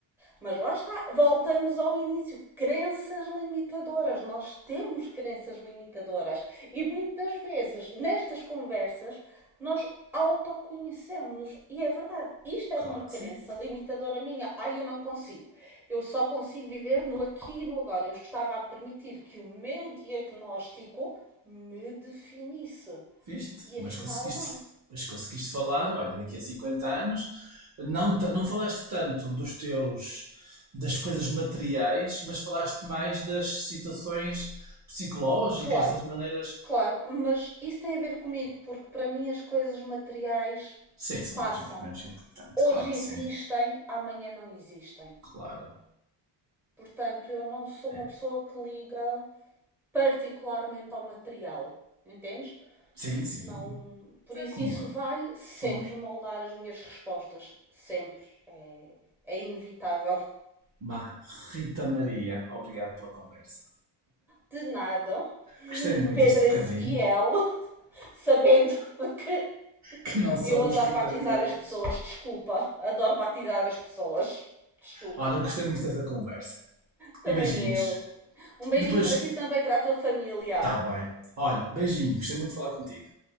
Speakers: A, in the centre; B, on the right.
A: Mas lá está, voltamos ao início. Crenças limitadoras. Nós temos crenças limitadoras. E muitas vezes, nestas conversas, nós autoconhecemos-nos. E é verdade, isto era
B: claro
A: uma crença
B: que sim.
A: limitadora minha. Ah, eu não consigo. Eu só consigo viver no aqui e no agora. Eu estava a permitir que o meu diagnóstico me definisse.
B: Viste?
A: E
B: Mas
A: afinal,
B: conseguiste,
A: não.
B: mas conseguiste falar, olha, daqui a 50 anos, não, ta- não falaste tanto dos teus, das coisas materiais, mas falaste mais das situações psicológicas,
A: Claro,
B: das maneiras.
A: claro, mas isso tem a ver comigo, porque para mim as coisas materiais
B: Sim, são
A: passam.
B: mais imp- menos importantes,
A: Hoje
B: claro que
A: existem,
B: sim,
A: amanhã não existem.
B: claro.
A: Portanto, eu não sou
B: É.
A: uma pessoa que liga particularmente ao material, entendes?
B: Sim, sim,
A: Não, por
B: é
A: isso
B: como
A: isso
B: eu.
A: vai sempre
B: Somos
A: moldar as minhas respostas, sempre. É, é inevitável.
B: uma Rita Maria. Obrigado pela conversa.
A: De nada,
B: Gostei muito
A: Pedro
B: deste
A: Ezequiel,
B: bocadinho,
A: <laughs> sabendo que
B: que não somos
A: Eu adoro
B: Ritas
A: batizar
B: Marias.
A: as pessoas, desculpa. Adoro batizar as pessoas. Desculpa.
B: Olha, gostei muito desta conversa.
A: Também
B: E beijinhos.
A: eu. Um beijinho
B: E depois,
A: para ti também, para a tua família.
B: tá bem. Olha, beijinho, gostei muito de falar contigo.